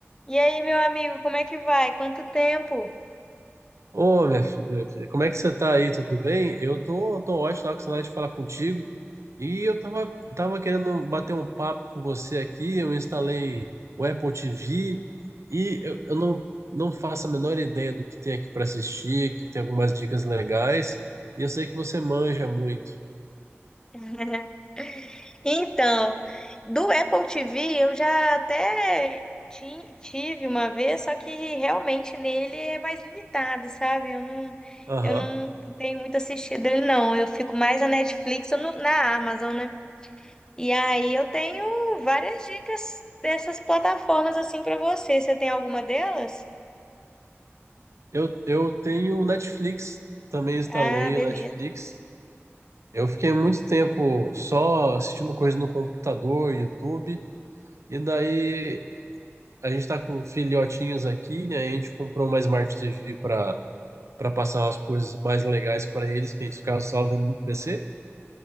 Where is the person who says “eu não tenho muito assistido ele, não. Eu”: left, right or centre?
Left